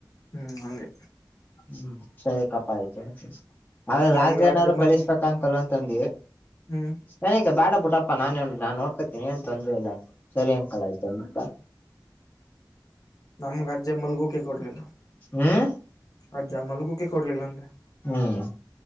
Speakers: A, on the left (about 55°); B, on the left (about 25°).
A: ಹ್ಮ್ ಹಂಗೆ.
B: ಹ್ಮ್ ಸರಿ ಕಪ್ಪ ಆಯ್ತ ಆದ್ರ ರಾಜ್ದ
A: ನಮ್ಗ ಆ
B: ನಾದ್ರು
A: ಜಮ್ಮನು
B: ಕಳಿಸ್ಬೇಕಂಗಅಂಕಲ್ ಅಂತ ಅಂದುವಿ ಕಲ್ವಂತಂದ್ವಿ.
A: ಹ್ಮ್,
B: ನನಕ್ಕೆ ಬೇಡ ಬಿಟ್ಟಪ್ಪ ನಾನೇ ನಾ ನೋಡ್ಕತ್ತೀನಿ ಏನ್ ತೊಂದರೆ ಇಲ್ಲ ಸರಿ ಅಂಕಲ್ ಆಯತ ಅಂದೆ.
A: ನಮ್ಮ್ಗೆ ಅಜ್ಜ ಮಲ್ಗೋಕೆ ಕೊಡ್ಲಿಲ್ಲಾ
B: ಹ್ಮ <inaudible>
A: ಅಜ್ಜ ಮಲ್ಲಗೂಕ್ಕೆ ಕೊಡ್ಲಿಲ್ಲ ಅಂದೆ
B: ಹ್ಮ್,